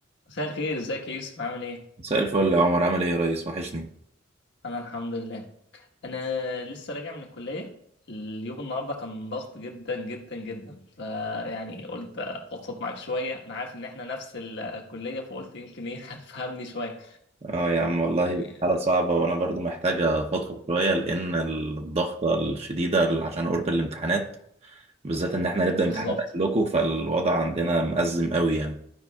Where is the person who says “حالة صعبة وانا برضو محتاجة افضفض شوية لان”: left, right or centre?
Right